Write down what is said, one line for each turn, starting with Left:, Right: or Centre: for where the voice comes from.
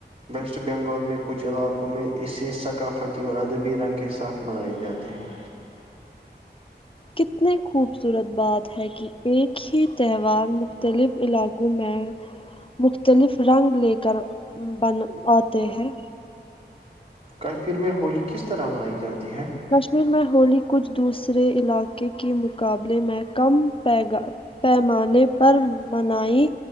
Right: ویسٹ بنگال میں کچھ علاقوں میں اسے ثقافتی اور ادبی رنگ کے ساتھ منائے جاتے ہیں
Left: کتنی خوبصورت بات ہے کہ ایک ہی تہوار مختلف علاقوں میں مختلف رنگ لے کر بن آتے ہیں
Right: کافر میں ہولی کس طرح منائی جاتی ہے
Left: کشمیر میں ہولی کچھ دوسرے علاقے کے مقابلے میں کم پ گا پیمانے پر منائی